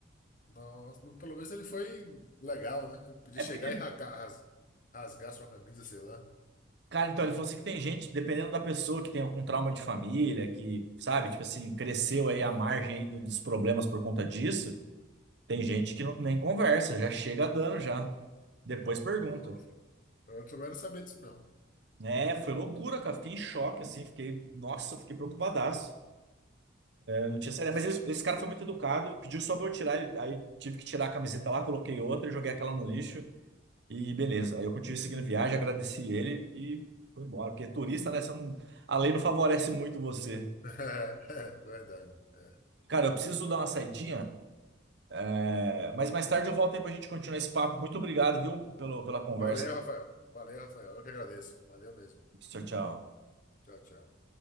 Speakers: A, on the left; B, on the right.
A: nossa. Mas Pelo menos ele foi legal, né? Podia
B: É
A: chegar
B: porque,
A: e racar, ras- rasgar sua camisa, sei lá.
B: cara, então ele falou assim que tem gente, dependendo da pessoa, que tem algum trauma de família, que, sabe, tipo assim, cresceu
A: Hum?
B: aí à margem aí do- dos problemas por conta disso. Tem gente que não, nem conversa, já chega dando já. Depois pergunta.
A: Nossa. Eu também não sabia disso, não.
B: É, foi loucura, cara. Fiquei em choque, assim, fiquei, nossa, eu fiquei preocupadaço. não
A: Nossa.
B: tinha CD, mas eles- esse cara foi muito educado, pediu só pra eu tirar, ele- aí tive que tirar a camiseta lá, coloquei outra, joguei aquela no lixo e beleza. Aí eu continuei seguindo viagem, agradeci ele e fui embora, porque turista, né, você não- a lei não favorece muito você.
A: <laughs> É, verdade. É.
B: Cara, eu preciso dar uma saidinha, é, mas mais tarde eu volto aí pra gente continuar esse papo. Muito obrigado, viu, pelo, pela conversa.
A: Valeu, Rafael. Valeu, Rafael. Eu que agradeço. Valeu mesmo.
B: Tchau, tchau.
A: Tchau, tchau.